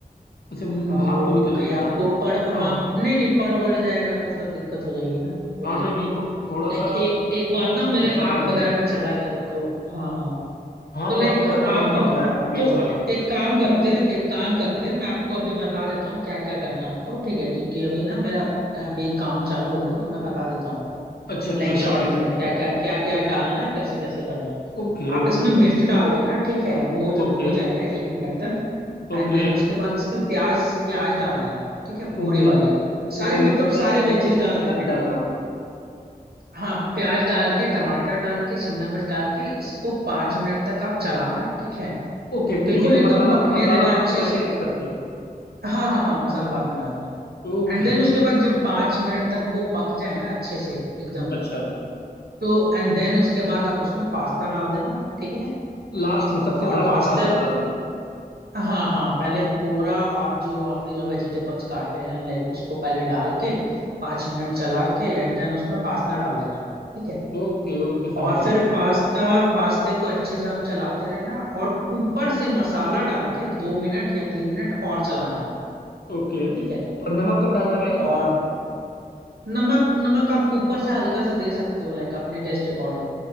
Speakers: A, on the left; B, on the right.
A: अच्छा
B: अ, वो
A: भाप तो निकल
B: कहीं
A: रही है
B: आपको
A: हाँ
B: पड़
A: हाँ
B: हाँ
A: हाँ।
B: नहीं नहीं पड़ वड़ जाएगा तो फिर दिक्कत हो जाएगी ना थोड़ी
A: हाँ
B: सी
A: नहीं नहीं थो, थोड़ा
B: लाइक
A: सा
B: एक एक बार ना मेरे
A: बचाना
B: आंख
A: तो
B: वगैरह
A: पड़ेगा
B: पे चला गया था तो हाँ हाँ
A: हाँ
B: तो लाइक
A: थोड़ा सा बचाना
B: आप
A: तो पड़ता
B: अब
A: है मिर्च
B: तो
A: वाली बात
B: एक
A: है ना
B: काम करते हैं एक काम करते हैं मैं आपको अभी बता देता हूँ क्या क्या करना है आपको ठीक है क्योंकि अभी ना मेरा अभी काम चालू होगा तो मैं बता देता हूँ आपको
A: अच्छा
B: लाइक
A: अच्छा
B: शॉर्ट
A: ठीक
B: में
A: है ठीक
B: क्या
A: है
B: क्या क्या क्या डालना है कैसे कैसे करना है
A: Okay okay
B: आप इसमें
A: okay
B: मिर्च डाल देना ठीक है वो जब
A: Okay
B: हो जाएगा एक मिनट तक एंड
A: Okay
B: देन उसके बाद इसमें प्याज प्याज डाल देना आप ठीक है पूरी
A: okay
B: वाली सारे
A: okay मिर्च
B: मतलब
A: के बाद
B: सारे वेजीज
A: मिर्च के
B: डाल
A: बाद
B: देना
A: क्या ही डालना है
B: हाँ प्याज डाल के टमाटर डाल के शिमला मिर्च डाल के इसको पाँच मिनट तक आप चलाना ठीक है
A: ओके ठीक
B: बिल्कुल
A: है तो
B: एकदम
A: मसाला
B: पकने
A: मसाला
B: देना अच्छे
A: बाद में डालेंगे
B: से
A: सबसे
B: हाँ हाँ हाँ मसाला बाद में डालना है
A: ओके
B: एंड देन उसके बाद जब पाँच मिनट तक वो पक जाए ना अच्छे से एकदम
A: अच्छा
B: तो एंड देन उसके बाद आप उसमें पास्ता डाल देना ठीक है
A: लास्ट में सबसे
B: और
A: लास्ट
B: पास्ता
A: में पास्ता डालना
B: हाँ हाँ पहले पूरा आप जो अपने जो वेजिटेबल्स काटे हैं लाइक उसको पहले डाल के पाँच मिनट चला के एंड देन उसमें पास्ता डाल देना ठीक है
A: है ओके ओके समझ
B: और
A: गया
B: फिर पास्ता पास्ते को अच्छे से आप चलाते रहना और ऊपर से मसाला डाल के दो मिनट या तीन मिनट और चलाना आपको
A: ओके
B: ठीक है
A: और नमक कब डालना है भाई
B: और नमक नमक आप ऊपर से हल्का सा दे सकते हो लाइक अपने टेस्ट अकॉर्डिंग